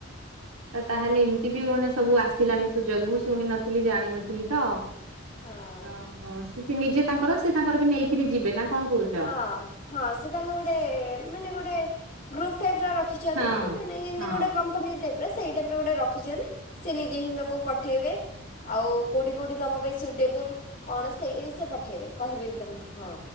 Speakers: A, on the right (about 85°); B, on the left (about 40°).
A: ତ ତାହେଲେ ଏମିତି ବି ମାନେ ସବୁ ଆସିଲାଣି ସୁଯୋଗ ମୁଁ ଶୁଣି ନଥିଲି, ଜାଣିନଥିଲି ତ।
B: ହଁ
A: ଓହୋ ସେ ନିଜେ ତାଙ୍କର ସେ ତାଙ୍କର ବି ନେଇକିରି ଯିବେ ନା କଣ କହୁଛ
B: ହଁ ହଁ ସେ ତାଙ୍କୁ ଗୋଟେ ମାନେ ଗୋଟେ ଗ୍ରୁପ ଟାଇପ ରଖିଛନ୍ତି,
A: ହଁ।
B: ମାନେ ଏମିତି
A: ହଁ।
B: ଗୋଟେ କମ୍ପାନୀ ଟାଇପ୍ ର ସେଇ ଟାଇପ ଗୋଟେ ରଖିଛନ୍ତି। ସେ ନିଜେ ହିଁ ତମକୁ ପଠାଇବେ ଆଉ କୋଉଠି କୋଉଠି ତୁମ ପାଇଁ ସୁଇଟେବୁଲ୍ କଣ ସେଇଟିକି ସେ ପଠାଇବେ, କହିବେ ବି ତମକୁ ହଁ।